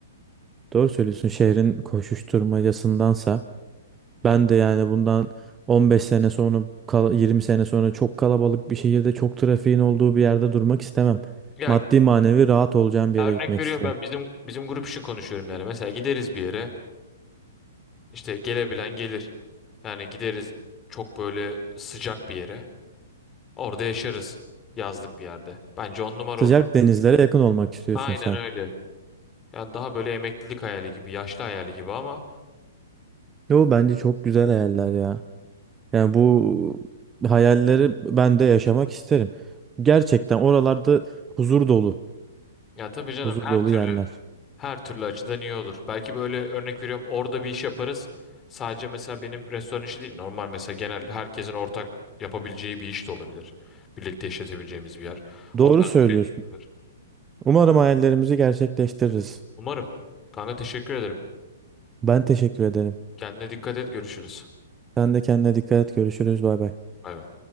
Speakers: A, on the right; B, on the left.
A: Doğru söylüyorsun. Şehrin koşuşturmacasındansa
B: Ya
A: ben de yani bundan 15 sene sonra kal- 20 sene sonra çok kalabalık bir şehirde çok trafiğin olduğu bir yerde durmak istemem.
B: yani
A: Maddi manevi rahat olacağım bir
B: örnek
A: yere gitmek
B: veriyorum
A: isterim.
B: ben bizim bizim grup için konuşuyorum yani. Mesela gideriz bir yere işte gelebilen gelir. Yani gideriz çok böyle sıcak bir yere. Orada yaşarız. Yazlık bir yerde. Bence on numara
A: Sıcak
B: olur.
A: denizlere yakın olmak istiyorsun
B: Aynen
A: sen.
B: öyle. Yani daha böyle emeklilik hayali gibi, yaşlı hayali gibi ama
A: Yo bence çok güzel hayaller ya. Yani bu hayalleri ben de yaşamak isterim. Gerçekten oralarda huzur dolu,
B: ya tabii canım
A: huzur
B: her
A: dolu
B: türlü
A: yerler.
B: her türlü açıdan iyi olur. Belki böyle örnek veriyorum orada bir iş yaparız. Sadece mesela benim restoran işi değil, normal mesela genel herkesin ortak yapabileceği bir iş de olabilir. Birlikte işletebileceğimiz bir yer. O
A: Doğru
B: tarz
A: söylüyorsun.
B: bir yer.
A: Umarım hayallerimizi gerçekleştiririz.
B: Umarım. Kanka teşekkür ederim.
A: Ben teşekkür ederim.
B: Kendine dikkat et, görüşürüz.
A: Sen de kendine dikkat et. Görüşürüz. Bay bay.
B: Bay bay.